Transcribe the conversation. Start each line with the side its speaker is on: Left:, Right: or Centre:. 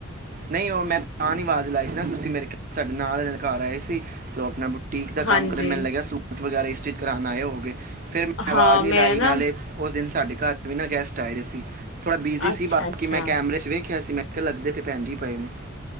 Right: ਨਹੀਂ ਉਹ ਮੈਂ ਤਾਂ ਨ ਆਵਾਜ਼ ਲਾਈਸ ਨਾ ਤੁਸੀ <unintelligible> ਨਾਲ <unintelligible> ਘਰ ਆਏ ਸੀ ਤੇ ਆਪਣਾ ਬੁਟੀਕ ਦਾ
Left: ਹਾਂਜੀ।
Right: ਕੰਮ ਕਰਨ ਮੈਨ ਲੱਗਿਆ ਸੂ ਵਗੈਰਾ ਹੀ ਸਟਿਚ ਕਰਾਣ ਆਏ ਹੋ ਗਏ ਫੇਿਰ ਮੈਂ ਆਵਾਜ਼
Left: ਹਾਂ
Right: ਨਹੀਂੀ
Left: ਮੈਂ
Right: ਲਾਈ
Left: ਨਾ
Right: ਨਾਲੇ ਉਸ ਦਿਨ ਸਾਡੇ ਮ ਘਰ ਬਿਨਾਂ ਗੈਸਟ ਆਏ ਰਹੇ ਸੀ ਥੋੜਾ ਬਿਜ਼ੀ ਸੀ
Left: ਅੱਛਾ-ਅੱਛਾ
Right: ਬਾਕੀ ਮੈਂ ਕੈਮਰੇ ਚ ਵੇਖਿਆ ਸੀ ਮੈਂ ਲੱਗਦੇ ਤੇ ਪੈਣ ਜ ਹੀ ਪਏ ਨੇ।